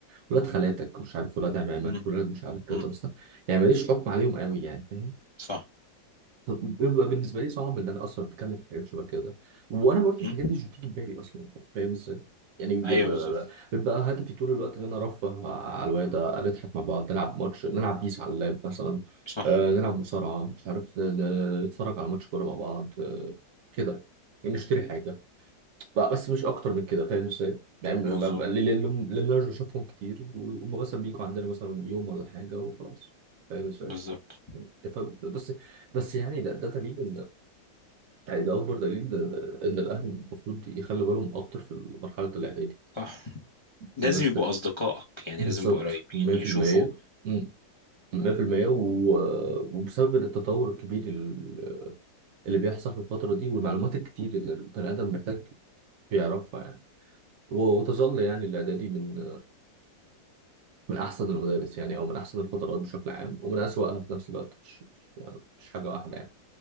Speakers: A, on the right; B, on the left.
A: ولاد خالاتك مش عارف ولاد عمامك
B: مم.
A: ولاد مش عارف كده
B: مم.
A: بس يعني ماليش حكم عليهم قوي يعني فاهم؟
B: صح
A: بيبقى بالنسبه لي صعب ان انا اصلا اتكلم في حاجات شبه كده وانا برضو
B: مم.
A: الحاجات دي مش بتيجي في بالي اصلا فاهم ازاي يعني ب-
B: ايوه
A: ب-
B: بالظبط
A: ب- بيبقى هدفي طول الوقت ان انا ارفه على الواد نضحك مع بعض نلعب ماتش نلعب بيس على اللاب مثلا
B: صح
A: آه نلعب مصارعه مش عارف ن- ن- نتفرج على ماتش كوره مع بعض آه كده يعني نشتري حاجه بقى بس مش اكتر من كده فاهم ازاي يعني
B: مظبوط
A: ب- ب- لان لأن- لأن انا مش بشوفهم كتير وهم مثلا بيجوا عندنا مثلا يوم ولا حاجه وخلاص فاهم ازاي
B: بالظبط
A: ف- بس بس يعني ده ده تقريبا يعني ده اكبر دليل ان الاهل المفروض يخلوا بالهم اكتر في مرحله الاعدادي
B: صح لازم
A: في مدرسه
B: يبقوا
A: ال-
B: أصدقائك يعني
A: بالظبط
B: لازم يبقوا قريبين
A: 100%
B: يشوفوا
A: امم 100% و- وبسبب التطور الكبير ال- اللي بيحصل في الفتره دي والمعلومات الكتير اللي البني ادم محتاج يعرفها يعني و- وتظل يعني الاعدادي من من احسن المدارس يعني او من احسن الفترات بشكل عام ومن اسوأها في نفس الوقت مش مش مش حاجه واحده يعني